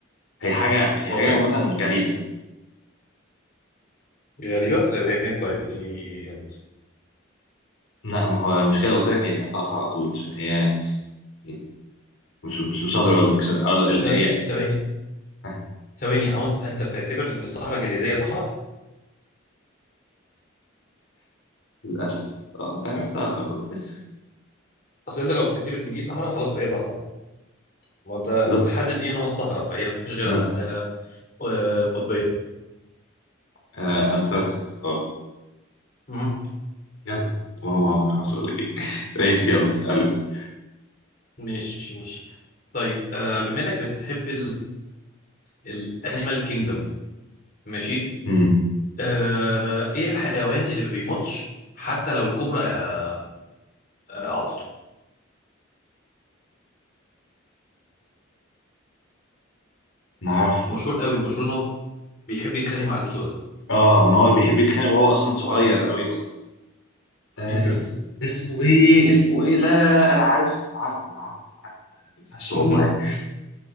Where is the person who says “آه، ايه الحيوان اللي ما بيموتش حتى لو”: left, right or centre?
Left